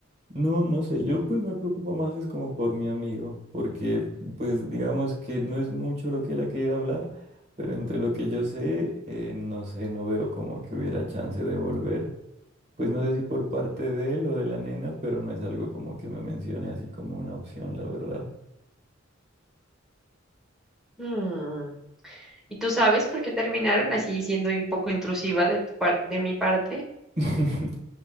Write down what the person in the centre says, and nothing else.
Mm, ¿Y tú sabes por qué terminaron así siendo un poco intrusiva de tu par- de mi parte?